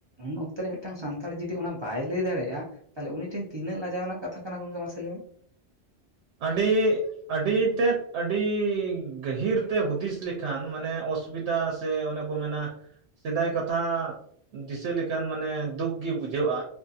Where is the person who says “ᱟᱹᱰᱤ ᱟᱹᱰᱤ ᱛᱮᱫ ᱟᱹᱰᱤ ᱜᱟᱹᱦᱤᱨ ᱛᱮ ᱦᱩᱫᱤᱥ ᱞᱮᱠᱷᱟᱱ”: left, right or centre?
Right